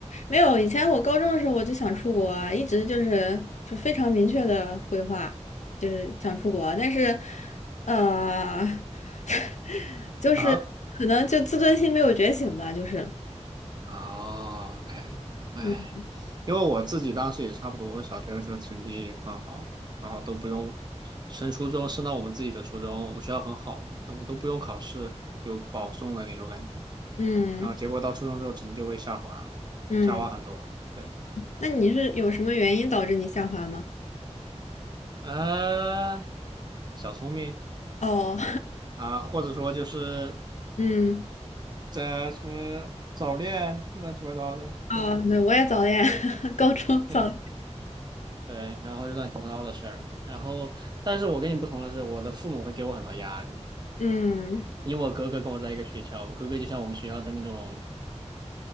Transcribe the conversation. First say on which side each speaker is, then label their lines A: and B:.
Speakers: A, on the left; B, on the right.
A: 没有，以前我高中的时候我就想出国啊一直就是就非常明确的规划，就是想出国，但是，呃，<laughs> 就是可能就自尊心没有觉醒吧，
B: 啊
A: 就是，
B: 哦，OK，哎，
A: 嗯
B: 因为我自己当时也差不多，我小学的时候成绩很好，然后都不用升初中，升到我们自己的初中，我们学校很好，我们都不用考试就保送的那种感觉。
A: 嗯
B: 然后结果到初中之后成绩就会下滑，
A: 嗯，
B: 下滑很多。对，
A: 那你是有什么原因导致你下滑吗？
B: 呃，小聪明
A: 哦，
B: 啊，或者说就是
A: <laughs> 嗯。
B: 在什么早恋乱七八糟的，
A: 啊，
B: 对
A: 对，我也早恋，<laughs> 高中早，
B: 对。对，然后就乱七八糟的事儿嘛。然后，但是我跟你不同的是，我的父母会给我很多压力。
A: 嗯
B: 因为我哥哥跟我在一个学校，我哥哥就像我们学校的那种